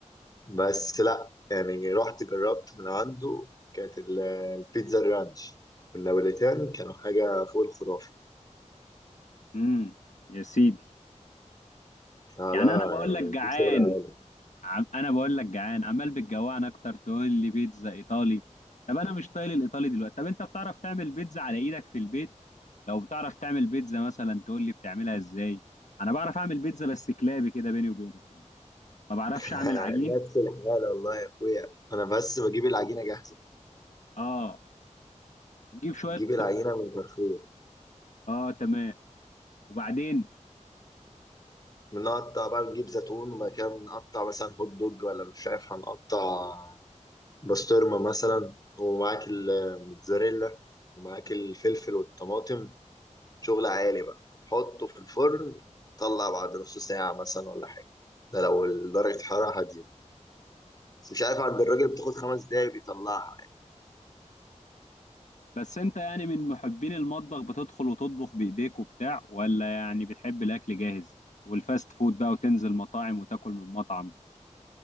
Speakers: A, on the left (about 30°); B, on the left (about 75°).
A: بس لا يعني رحت جربت من عنده كانت ال- البيتزا الرانش والنابوليتان كانوا حاجة فوق الخرافة
B: امم يا سيدي
A: لا
B: يعني
A: لا
B: انا بقول
A: يعني
B: لك جعان
A: في شغل علينا
B: عم... انا بقول لك جعان عمال بتجوعنا اكتر تقول لي بيتزا ايطالي طب انا مش طايل الايطالي دلوقتي طب انت بتعرف تعمل بيتزا على ايدك في البيت لو بتعرف تعمل بيتزا مثلا تقول لي بتعملها ازاي انا بعرف اعمل بيتزا بس كلابي كده بيني وبينك يعني ما بعرفش
A: <laughs>
B: اعمل عجين
A: نفس الحالة والله يا أخويا أنا بس بجيب العجينة جاهزة
B: اه تجيب شوية
A: نجيب العجينة من كارفور
B: اه تمام وبعدين
A: بنقطع بقى نجيب زيتون وبعد كده بنقطع مثلا هوت دوج ولا مش عارف هنقطع بسطرمة مثلا ومعاك الموتزاريلا ومعاك الفلفل والطماطم شغل عالي بقى حطه في الفرن طلع بعد نص ساعة مثلا ولا حاجة ده لو درجة الحرارة هادية بس مش عارف عند الراجل بتاخد خمس دقايق بيطلعها
B: بس انت يعني من محبين المطبخ بتدخل وتطبخ بايديك وبتاع ولا يعني بتحب الاكل جاهز والفاست فود بقى وتنزل مطاعم وتاكل من مطعم